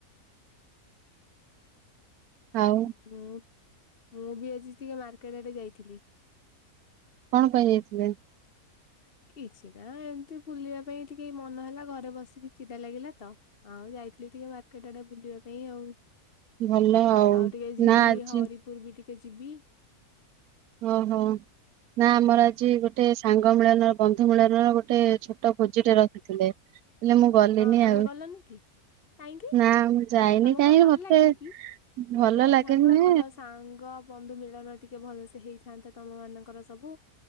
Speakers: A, on the right; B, on the left.
A: ଆଉ।
B: ମୁଁ ମୁଁ ବି ଆଜି ଟିକେ ମାର୍କେଟ ଆଡେ ଯାଇଥିଲି।
A: କଣ ପାଇଁ ଯାଇଥିଲେ?
B: ଓେ କିଛି ନା ଏମତି ବୁଲିବା ପାଇଁ ଟିକେ ମନ ହେଲା ଘରେ ବସିକି ଚିଡା ଲାଗିଲା ତ। ଆଉ ଯାଇଥିଲି ଟିକେ ମାର୍କେଟ ଆଡେ ବୁଲିବା ପାଇଁ ଆଉ।
A: ଭଲ
B: ଆଉ ଟିକେ ଯିବି
A: ନା ଆଜି
B: ହରିପୁର ବି ଟିକେ ଯିବି।
A: ଓହୋ ନା ଆମର ଆଜି ଗୋଟେ ସାଙ୍ଗ ମିଳନର ବନ୍ଧୁ ମିଳନର ଗୋଟେ ଟେ ଛୋଟ ଭୋଜିଟେ ରଖିଥିଲେ ହେଲେ ମୁଁ ଗଲିନି
B: ହଁ ତମେ
A: ଆଉ।
B: ଗଲନି କି କାହିଁକି
A: ନା ମୁଁ ଯାଇନି
B: ତମକୁ
A: କାହିଁକି
B: କଣ ଭଲ
A: ମତେ
B: ଲାଗେନି କି ବ
A: ଭଲ
B: ଯାଇଥାନ୍ତ
A: ଲାଗେନି
B: ଭଲ ସାଙ୍ଗ ବନ୍ଧୁ ମିଳନ ଟିକେ ଭଲସେ ହେଇଥାନ୍ତା ତମ ମାନଙ୍କର ସବୁ।